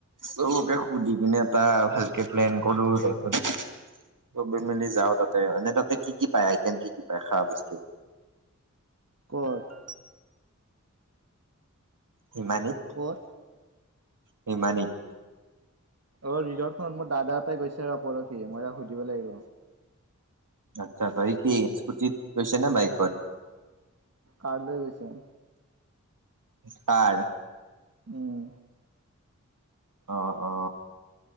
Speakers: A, on the right (about 85°); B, on the right (about 55°).
A: চবকে সুধি কিনে এটা ভালকে প্লেন কৰো তাৰ পিছত - চবেই মিলি যাওঁ তাতে। এনেই তাতে কি কি পায় আইটেম কি কি পায় খোৱা বস্তু?
B: কত?
A: হিমানীত?
B: ক'ত?
A: হিমানীত?
B: অ ৰিজৰ্টখনত মোৰ দাদা এটা গৈছে ৰ পৰখি মই তাক সুধিব লাগিব।
A: আচ্ছা, ত সি কি স্কুটিত গৈছে নে বাইকত?
B: কাৰ লৈ গৈছে।
A: কাৰ?
B: উম।
A: অ অ,